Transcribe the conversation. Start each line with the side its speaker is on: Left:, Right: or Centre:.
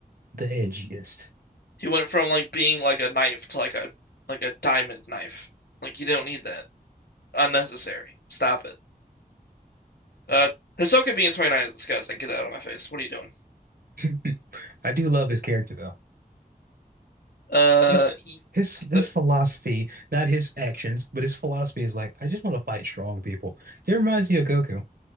Right: The edgiest.
Left: He went from like being like a knife to like a like a diamond knife. Like you don't need that. Unnecessary. Stop it. Uh, Hisoka being a 29 is disgusting. Get that out of my face. What are you doing?
Right: <laughs> I do love his character though.
Left: Uh,
Right: His
Left: he-
Right: his his
Left: the,
Right: philosophy, not his actions, but his philosophy is like, I just want to fight strong people. It reminds me of Goku.